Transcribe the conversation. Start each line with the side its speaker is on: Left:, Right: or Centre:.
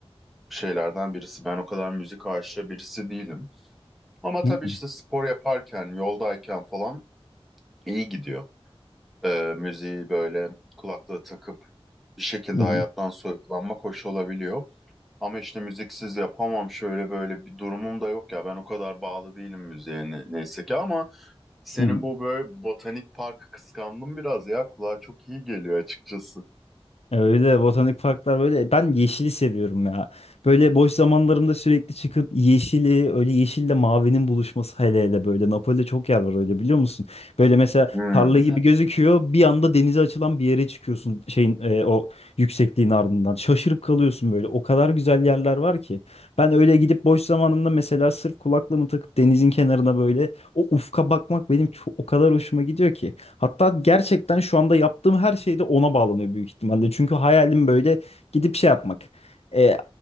Centre: şeylerden birisi. Ben o kadar müzik aşığı birisi değilim. Ama tabii
Left: Hı
Centre: işte spor yaparken, yoldayken falan iyi gidiyor. Ee, müziği böyle kulaklığı takıp bir şekilde
Left: hı hı.
Centre: hayattan soyutlanmak hoş olabiliyor. Ama işte müziksiz yapamam şöyle böyle bir durumum da yok ya. Ben o kadar bağlı değilim müziğe ne- neyse ki ama senin
Left: hı.
Centre: bu böyle botanik parkı kıskandım biraz ya. Kulağa çok iyi geliyor açıkçası.
Left: Öyle botanik parklar böyle ben yeşili seviyorum ya. Böyle boş zamanlarımda sürekli çıkıp yeşili öyle yeşille mavinin buluşması hele hele böyle Napoli'de çok yer var öyle biliyor musun? Böyle mesela
Centre: Hmm.
Left: tarla gibi gözüküyor bir anda denize açılan bir yere çıkıyorsun şeyin e, o yüksekliğin ardından şaşırıp kalıyorsun böyle o kadar güzel yerler var ki. Ben öyle gidip boş zamanımda mesela sırf kulaklığımı takıp denizin kenarına böyle o ufka bakmak benim çok, o kadar hoşuma gidiyor ki. Hatta gerçekten şu anda yaptığım her şey de ona bağlanıyor büyük ihtimalle. Çünkü hayalim böyle gidip şey yapmak. E,